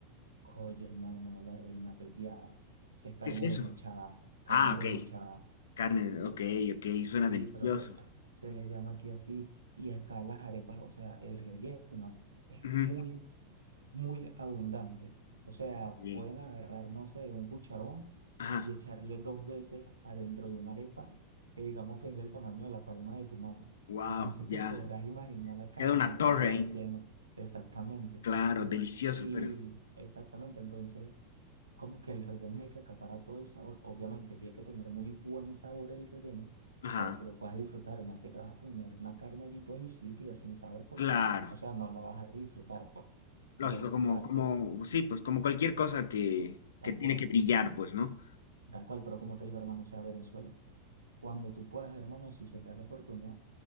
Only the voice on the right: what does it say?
oye, hermano, la reina pepiada. Esa es carne
desmechada, carne
desmechada.
Sí,
pero se, se le llama aquí así. Y acá las arepas, o sea, el relleno es
muy muy abundante. O sea,
pueden agarrar, no sé, un cucharón
y echarle dos veces adentro de una arepa que digamos que es del tamaño de la palma de tu mano.
<laughs> Entonces
te podrás imaginar la cantidad
de relleno,
exactamente, tal
cual.
Y
exactamente, entonces como que el relleno es el que acapara todo el sabor. Obviamente, tiene que tener muy buen sabor el relleno
para que lo puedas disfrutar. No es que te vas a comer una carne allí toda insípida, sin sabor, porque,
o sea, no la vas a disfrutar, pues.
Pero,
o sea,
co-
tal
cual,
tal cual. Pero como te digo, hermano, o sea, Venezuela, cuando tú puedas, hermano, si se te da la oportunidad,